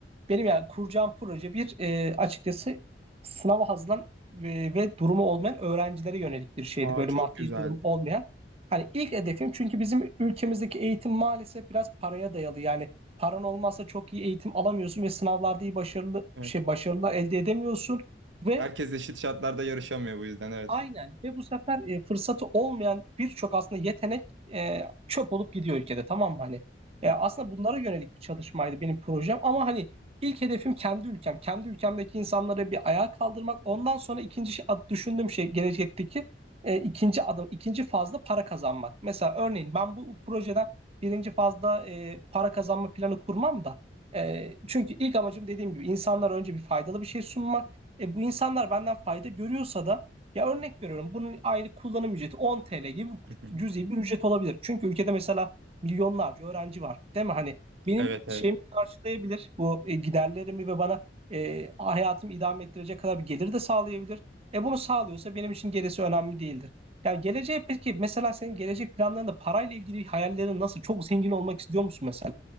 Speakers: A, on the right; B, on the right.
A: Benim yani kuracağım proje bir e, açıkçası sınava hazırlanan ve, ve durumu olmayan öğrencilere yönelik bir şeydi.
B: Aa
A: Böyle
B: çok
A: maddi
B: güzel.
A: durum olmayan. Hani ilk hedefim çünkü bizim ülkemizdeki eğitim maalesef biraz paraya dayalı. Yani paran olmazsa çok iyi eğitim alamıyorsun ve sınavlarda iyi başarılı
B: Evet.
A: şey başarılar elde edemiyorsun ve
B: Herkes eşit şartlarda yarışamıyor bu yüzden evet.
A: Aynen ve bu sefer e, fırsatı olmayan birçok aslında yetenek e, çöp olup gidiyor ülkede tamam mı hani? E,
B: Hı hı.
A: aslında bunlara yönelik bir çalışmaydı benim projem ama hani ilk hedefim kendi ülkem. Kendi ülkemdeki insanları bir ayağa kaldırmak. Ondan sonra ikinci şey- ad- düşündüğüm şey gelecekteki e, ikinci adım, ikinci fazla para kazanmak. Mesela örneğin ben bu projeden birinci fazla e, para kazanma planı kurmam da e, çünkü ilk amacım dediğim gibi insanlara önce bir faydalı bir şey sunmak. E, bu insanlar benden fayda görüyorsa da ya örnek veriyorum bunun aylık kullanım ücreti 10 TL gibi
B: hı hı.
A: cüzi bir ücret olabilir. Çünkü ülkede mesela milyonlarca öğrenci var değil mi? Hani benim
B: Evet evet.
A: şeyimi karşılayabilir bu e, giderlerimi ve bana e, hayatımı idame ettirecek kadar bir gelir de sağlayabilir. E bunu sağlıyorsa benim için gerisi önemli değildir. Ya geleceğe peki mesela senin gelecek planlarında parayla ilgili hayallerin nasıl? Çok zengin olmak istiyor musun mesela?